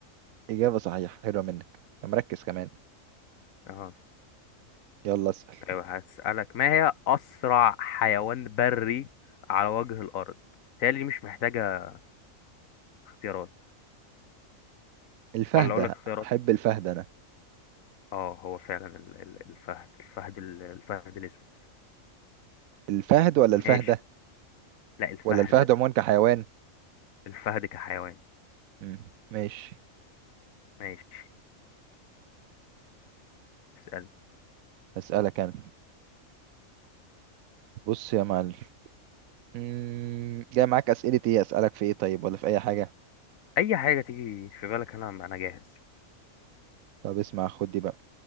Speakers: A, on the right; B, on the left.
A: إجابة صحيحة حلوة منك أنت مركز كمان
B: اه
A: يلا اسأل
B: طيب هسألك ما هي أسرع حيوان بري على وجه الأرض تالي مش محتاجة اختيارات
A: الفهدة
B: ولا أقول لك اختيارات
A: أحب الفهد أنا
B: اه هو فعلا ال- ال- الفهد الفهد ال- الفهد الأسود
A: الفهد ولا
B: ماشي
A: الفهدة
B: لا الفهد
A: ولا الفهد عموما كحيوان
B: الفهد كحيوان
A: مم. ماشي
B: ماشي اسألني
A: أسألك أنا بص يا معلم مم، جاي معاك أسئلة إيه أسألك في إيه طيب ولا في أي حاجة
B: أي حاجة تيجي في بالك أنا أنا جاهز
A: طب اسمع خد دي بقى